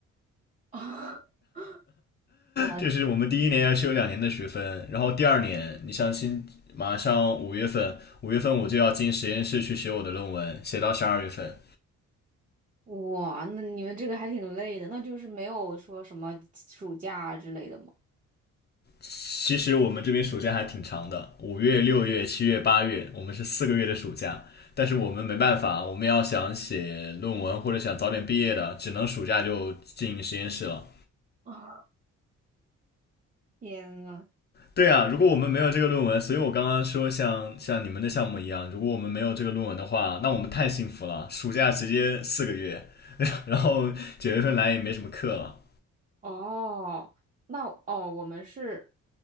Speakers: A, on the right; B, on the left.
A: <laughs> 我
B: 就是我们第一年要修两年的学分，然后第二年，你像新马上五月份，五月份我就要进实验室去写我的论文，写到十二月份。
A: 哇，那你们这个还挺累的，那就是没有说什么暑假之类的吗？
B: 其实我们这边暑假还挺长的，五月、六月、七月、八月，我们是四个月的暑假。但是我们没办法，我们要想写论文或者想早点毕业的，只能暑假就进实验室了。
A: <laughs> 天呐，
B: 对啊，如果我们没有这个论文，所以我刚刚说像像你们的项目一样，如果我们没有这个论文的话，那我们太幸福了，暑假直接四个月，<laughs> 然后九月份来也没什么课了。
A: 哦，那哦，我们是，